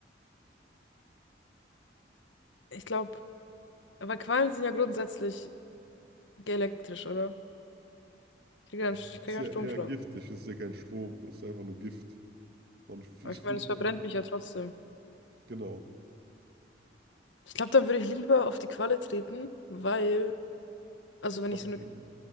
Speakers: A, on the left; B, on the right.
A: Ich glaube, aber Quallen sind ja grundsätzlich elektrisch, oder? Ich kriege
B: Also,
A: einen, ich krieg
B: das ist
A: ja einen
B: ja
A: Stromschlag.
B: eher giftig, das ist ja kein Strom, das ist einfach nur Gift. Man f-
A: Aber
B: ist
A: ich meine,
B: viel
A: es
B: zu
A: verbrennt mich ja trotzdem.
B: Genau.
A: Ich glaube, dann würde ich lieber auf die Qualle treten, weil, also wenn
B: Krabbe
A: ich so
B: treten.
A: eine,